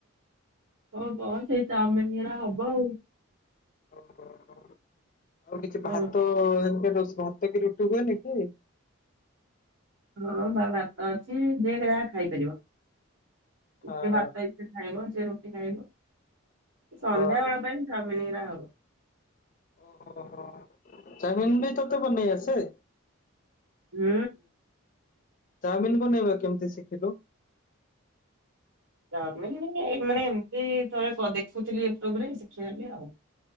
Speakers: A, on the right; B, on the left.
A: ହବ ସେଇ ଚାଓମିନ୍ ହେରା ହବ ଆଉ।
B: ଓହୋ ଆଉ କିଛି
A: ହଁ
B: ଭାତ ହେରା ଭାତ କି ରୁଟି ହୁଏନି କି?
A: ହଁ ବା ଭାତ ଅଛି ଯିଏ ଯାହା ଖାଇପାରିବ। ଯିଏ
B: ହଁ
A: ଭାତ ଇଚ୍ଛା ଖାଇବ, ଯିଏ ରୁଟି ଖାଇବ। ସନ୍ଧ୍ୟା
B: ହଁ।
A: ବେଳ ପାଇଁ ଚାଓମିନ୍ ହେରା ହବ।
B: ଓ ହୋ ଚାଉମିନ ବି ତୋତେ ବନେଇ ଆସେ?
A: ହୁଁ।
B: ଚାଓମିନ୍ ବନେଇବା କେମିତି ଶିଖିଲୁ?
A: ଚାଓମିନ୍ ମାନେ ଏମତି ଥରେ ଦେଖୁଥିଲି ୟୁଟ୍ୟୁବରେ ଶିଖିଗଲି ଆଉ।